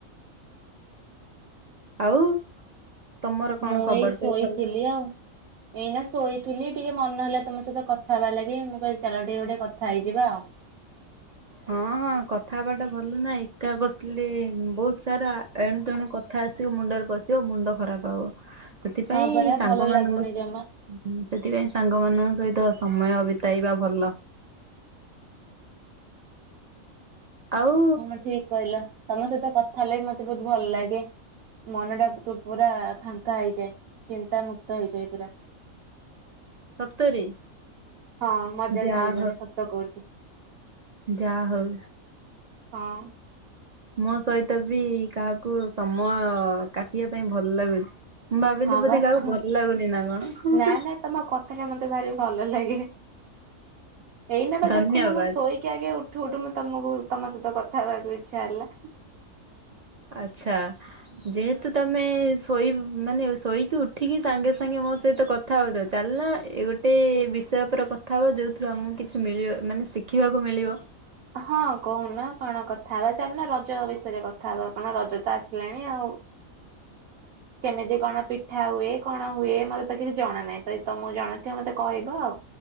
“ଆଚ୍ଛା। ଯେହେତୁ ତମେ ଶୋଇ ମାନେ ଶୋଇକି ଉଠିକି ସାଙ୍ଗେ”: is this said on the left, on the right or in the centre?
Right